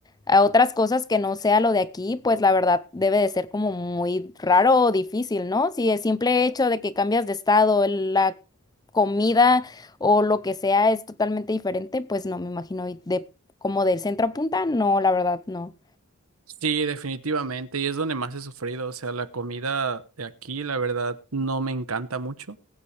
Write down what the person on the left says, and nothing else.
a otras cosas que no sea lo de aquí, pues la verdad debe de ser como muy raro o difícil, ¿no? Si el simple hecho de que cambias de estado, el- la comida o lo que sea es totalmente diferente, pues no me imagino y de como del centro a punta, no, la verdad no.